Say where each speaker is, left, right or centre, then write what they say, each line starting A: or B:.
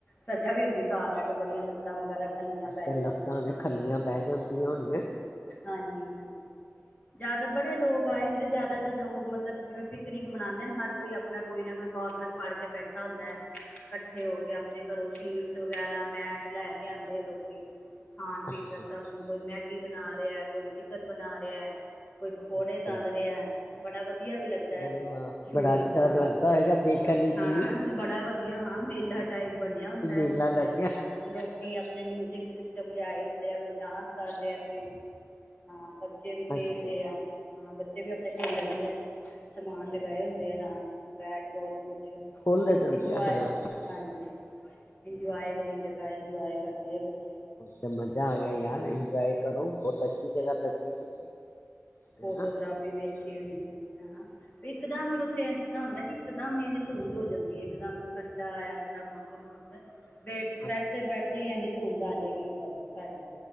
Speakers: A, on the left (about 35°); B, on the left (about 50°).
A: ਸਜ਼ਾ ਵੀ ਹੁੰਦੀ ਕਾੱਰ ਆ ਕੇ ਬੜੀਆਂ ਲੱਤ ਕੰਮ ਵਗੈਰਾ ਖੱਲੀਆਂ ਪੈ
B: ਤੇ
A: ਜਾਂਦੀਆਂ
B: ਲੱਤਾਂ ਤੇ ਖੱਲੀਆਂ ਬਹਿ ਜਾਂਦੀਆਂ ਹੋਣੀਆਂ
A: ਹਾਂਜੀ-ਹਾਂਜੀ ਜਾ ਤਾਂ ਬੜੇ ਲੋਕ ਆਏ ਹ ਜਿਆਦਾਤਰ ਲੋਕ ਮਤਲਬ ਜਿਵੇਂ ਪਿਕਨਿਕ ਮਨਾਦੇ ਨੇ ਹਰ ਕੋਈ ਅਪਣਾ ਕੋਈ ਨਾ ਕੋਈ ਕੋਨਰ ਫੜ ਕੇ ਬੈਠਾ ਹੁੰਦਾ। ਕੱਠੇ ਹੋ ਕੇ ਆਪਣੇ ਘਰੋਂ ਸ਼ੀਟਸ ਵਗੈਰਾ ਮੈਟ ਲੈ ਕੇ ਆਂਦੇ ਆ ਲੋਕੀ। ਖਾਣ-ਪੀਣ
B: ਅੱਛਾ
A: ਦਾ ਸਭ ਨੂੰ ਕੋਈ ਮੈਗੀ ਬਣਾ ਰਿਆ, ਕੋਈ ਚਿਕਨ ਬਣਾ ਰਿਆ, ਕੋਈ ਪਕੌੜੇ
B: ਅੱਛਾ
A: ਤਲ ਐ, ਬੜਾ ਵਧੀ ਵਧੀਆ ਵੀ ਲੱਗਦਾ ਐ,
B: ਅਰੇ ਵਾਹ
A: <unintelligible> ਬੜਾ
B: ਲੱਗਦਾ
A: ਅੱਛਾ
B: ਹੋਏਗਾ
A: ਲੱਗਦਾ
B: ਦੇਖਣ
A: ਹੋਏਗਾ,
B: ਵਿੱਚ
A: ਵੇਖਣ
B: ਵੀ
A: ਨੂੰ। ਹਾਂ ਬੜਾ ਵਧੀਆ ਹਾਂ। ਮੇਲਾ ਟਾਈਪ ਬਣਿਆ ਹੁੰਦੈ,
B: ਮੇਲਾ
A: ਬੜਾ
B: ਲੱਗਿਆ
A: ਅੱਛਾ, ਮੇਲਾ ਲਗਿਆ ਲੋਕ ਕੀ ਆਪਣੇ ਮਿਊਜਿਕ ਸਿਸਟਮ ਲਿਆਏ ਹੁੰਦੇ ਆ, ਕੋਈ ਡਾਂਸ ਕਰ ਰਿਆ, ਕੋਈ ਹਾਂ ਬੱਚੇ ਵੀ ਖੇਲਦੇ
B: ਅੱਛਾ
A: ਆ। ਹਾਂ, ਬੱਚੇ ਵੀ ਆਪਣੇ ਖੇਲਣ ਦੀਆਂ ਸਮਾਨ
B: ਹਾਂ
A: ਲਗਾਏ ਹੁੰਦੇ ਨਾਲ ਬੈਟਬਾਲ ਕੁਛ
B: ਖੋਲਦੇ ਦਰਵਾਜ਼ਾ
A: ਇੰਜੋਏ
B: ਹਾਂ
A: ਹਾਂਜੀ, ਇੰਜੋਏ ਵਾਲੀ ਜਗ੍ਹਾ ਏ ਇੰਜੋਏ ਕਰਦੇ ਆ ਬਚ
B: ਤੇ ਮਜ਼ਾ ਆ ਗਿਆ ਯਾਰ। ਇੰਜੋਏ ਕਰੋ, ਬੋਤ ਅੱਛੀ ਜਗ੍ਹਾ ਦੱਸੀ ਤੁਸੀਂ।
A: ਫੋਟੋਗ੍ਰਾਫੀ
B: ਹਨਾ
A: ਵੀ ਅੱਛੀ ਹੁੰਦੀ ਐ ਹੈਨਾਂ? ਇੱਕਦਮ ਈ ਉੱਥੇ ਏਸ ਏਦਾਂ ਹੁੰਦਾ ਕਿ ਇਕਦਮ ਇੰਝ ਧੁੰਧ ਹੋ ਜਾਂਦੀ ਏ, ਇਕਦਮ ਠੰਡਾ ਐਸਾ ਮੌਸਮ ਹੋ ਜਾਂਦਾ। ਬੇਠ, ਬੈਠਦੇ-ਬੈਠਦੇ
B: ਅ
A: ਈ ਇੰਝ ਧੁੰਧ ਆਜੇਗੀ ਉੱਪਰ, ਸਾਡੇ।